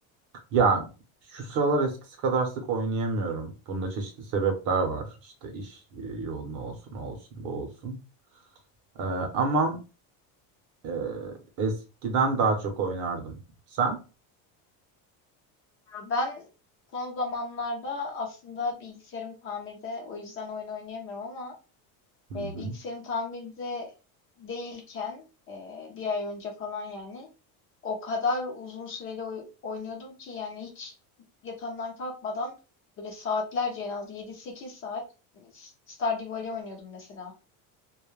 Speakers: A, on the right; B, on the left.
A: Ya şu sıralar eskisi kadar sık oynayamıyorum. Bunda çeşitli sebepler var. İşte iş e, yoğunluğu olsun, o olsun, bu olsun. E, ama Ee, eskiden daha çok oynardım. Sen?
B: ben son zamanlarda aslında bilgisayarım tamirde o yüzden oyun oynayamıyorum ama
A: Hı hı.
B: e, bilgisayarım tamirde değilken e, bir ay önce falan yani o kadar uzun süreli oy- oynuyordum ki yani hiç yatağımdan kalkmadan böyle saatlerce en az yedi sekiz saat hani, s- Stardew Valley oynuyordum mesela.